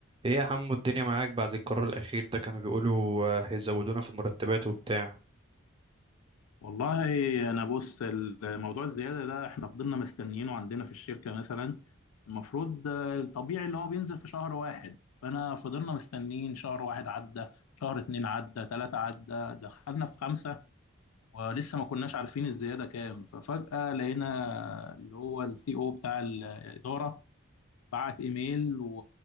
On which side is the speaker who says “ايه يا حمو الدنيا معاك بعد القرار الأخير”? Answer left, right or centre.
Right